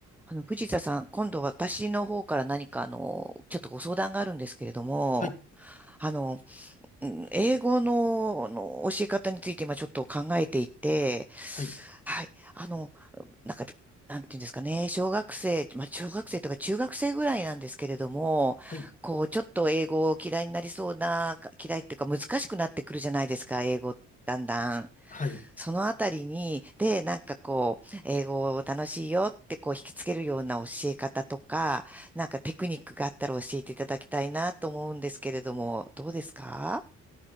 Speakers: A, in the centre; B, on the left.
A: あの、藤田さん、今度私の方から何かあの、ちょっとご相談があるんですけれども、
B: はい、
A: あの、うん英語の、あの教え方について今ちょっと考えていて、
B: はい、
A: はい、あの、なんか、なんていうんですかね、小学生、まあ、小学生とか中学生ぐらいなんですけれども、
B: はい、
A: こう、ちょっと英語を嫌いになりそうな、嫌いっていうか難しくなってくるじゃないですか、英語、だんだん。
B: はい。い
A: そのあたりに、で、なんかこう、英語を楽しいよってこう引きつけるような教え方とか、なんかテクニックがあったら教えていただきたいなと思うんですけれども、どうですか